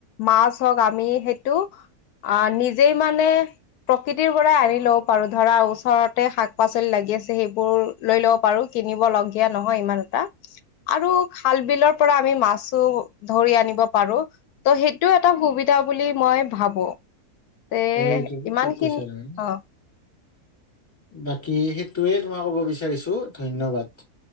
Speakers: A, on the left; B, on the left.
A: মাছ হওঁক আমি সেইটো- আহ' নিজেই মানে- প্ৰকৃতিৰ পৰা আনি ল'ব পাৰোঁ। ধৰা ওচৰতে শাক-পাচলি লাগি আছে সেইবোৰ। লৈ ল'ব পাৰো কিনিব লগীয়া নহয় ইমান এটা। আৰু খাল বিলৰ পৰা আমি মাছো, ধৰি আনিব পাৰো ত সেইটো এটা সুবিধা বুলি মই ভাবো। তে
B: হয় এইটো
A: ইমান
B: ঠিক
A: খিনি
B: কৈছা তুমি।
A: অ
B: বাকী সেইটোয়ে তোমাক ক'ব বিচাৰিছো ধন্যবাদ।